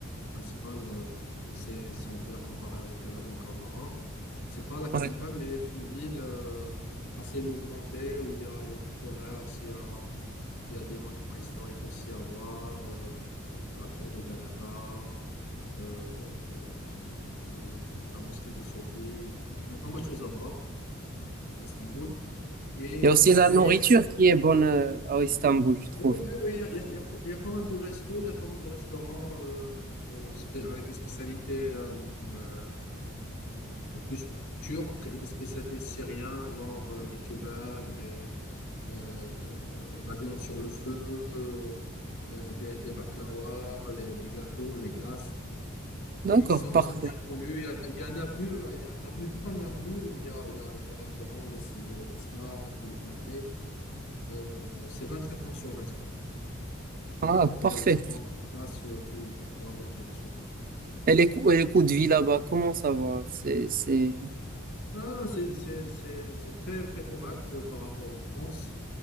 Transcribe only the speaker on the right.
Ouais.
Il y a aussi
la nourriture qui est bonne euh, à Istanbul, je trouve.
D'accord,
parfait.
Ah,
parfait.
Et les, coûts- et les coûts de vie là-bas, comment ça va? C'est, c'est...